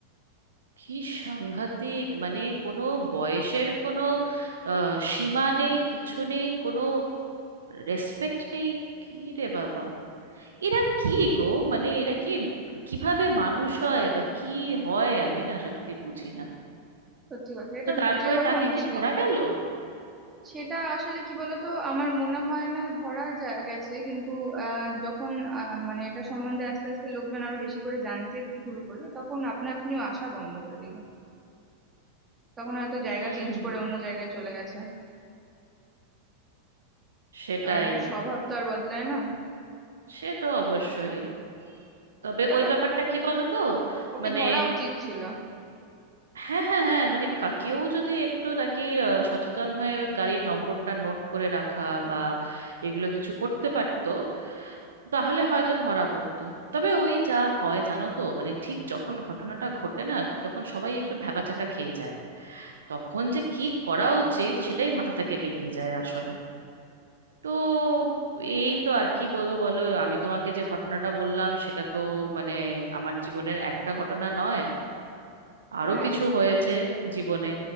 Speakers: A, on the right (about 65°); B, on the right (about 20°).
A: কি সাংঘাতিক মানে কোনো বয়সের কোনো আহ, সীমা নেই কিছু নেই কোনো রেসপেক্ট নেই কি রে বাবা এরা কি গো মানে এরা কি কিভাবে মানুষ হয় বা কি হয় আমি না সত্যি বুঝি না
B: সত্যি কথা এটা
A: তো তারপরে
B: বুঝে ওঠা
A: তাকে
B: মুশকিল
A: কি ধরা গেল
B: সেটা আসলে কি বলতো আমার মনে হয় না ধরা যা- গেছে কিন্তু আহ, যখন আহ, মানে এটা সম্বন্ধে আস্তে আস্তে লোকজন আরো বেশি করে জানতে শুরু করলো তখন আপনা আপনিও আসা বন্ধ করে দিল তখন হয়তো জায়গা
A: হুম
B: চেঞ্জ করে অন্য জায়গায় চলে গেছে
A: সেটাই
B: কারণ স্বভাব তো আর বদলায় না
A: সে তো অবশ্যই তবে
B: তবে
A: ওই ব্যাপারটা
B: ও-
A: কি বলো তো
B: ওকে
A: মানে
B: ধরা উচিত ছিল
A: হ্যাঁ হ্যাঁ হ্যাঁ মানে কা- কেউ যদি একটু তাকে আহ, সচেতন হয়ে গাড়ির নম্বরটা নোট করে রাখা বা এগুলো কিছু করতে পারতো তাহলে হয়তো ধরা পড়তো তবে ওই যা হয় জানো তো মানে ঠিক যখন ঘটনাটা ঘটে না তখন সবাই একটু ভ্যাবাচ্যাকা খেয়ে যায় তখন যে কি করা উচিত সেটাই মাথা থেকে বেরিয়ে যায় আসলে তো এই তো আর কি বলবো বলো আমি তোমাকে যে ঘটনাটা বললাম সেটা তো মানে আমার জীবনের একটা ঘটনা নয় আরো
B: হ্যাঁ
A: কিছু হয়েছে জীবনে